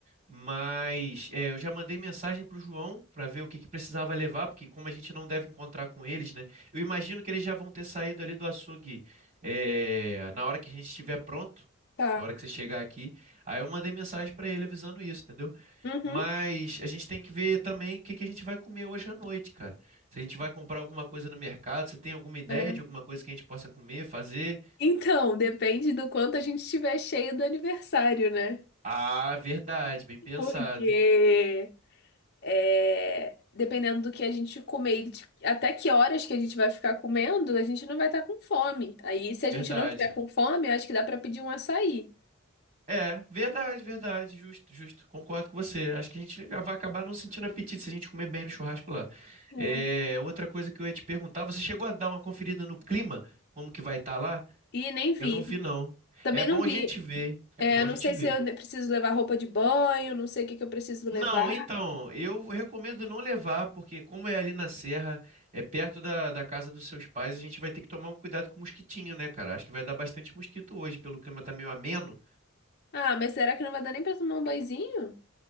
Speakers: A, on the right (about 40°); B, on the left (about 50°).
A: mas é, eu já mandei mensagem pro João para ver o que que precisava levar, porque como a gente não deve encontrar com eles, né? Eu imagino que eles já vão ter saído ali do açougue é, na hora que a gente estiver pronto,
B: tá.
A: na hora que você chegar aqui. Aí eu mandei mensagem para ele avisando isso, entendeu?
B: Uhum.
A: Mas a gente tem que ver também o que que a gente vai comer hoje à noite, cara. Se a gente vai comprar alguma coisa no mercado, você tem alguma ideia
B: é.
A: de alguma coisa que a gente possa comer, fazer?
B: Então, depende do quanto a gente estiver cheio do aniversário, né?
A: Ah, verdade, bem pensado.
B: Porque É, dependendo do que a gente comer, e de- até que horas que a gente vai ficar comendo, a gente não vai estar com fome. Aí, se a
A: Verdade.
B: gente não tiver com fome, eu acho que dá para pedir um açaí.
A: É, verdade, verdade, justo, justo. Concordo com você. Acho que a gente vai acabar não sentindo apetite se a gente comer bem no churrasco lá.
B: É.
A: É, outra coisa que eu ia te perguntar, você chegou a dar uma conferida no clima? Como que vai estar lá?
B: E nem vi.
A: Eu não vi, não.
B: Também
A: É bom
B: não
A: a
B: vi.
A: gente ver. É
B: É,
A: bom
B: eu
A: a
B: não
A: gente
B: sei
A: ver.
B: se eu ne- preciso levar roupa de banho, não sei o que que eu preciso levar.
A: Não, então, eu recomendo não levar, porque como é ali na serra, é perto da, da casa dos seus pais, a gente vai ter que tomar um cuidado com o mosquitinho, né, cara? Acho que vai dar bastante mosquito hoje, pelo clima tá meio ameno.
B: Ah, mas será que não vai dar nem para tomar um banhozinho?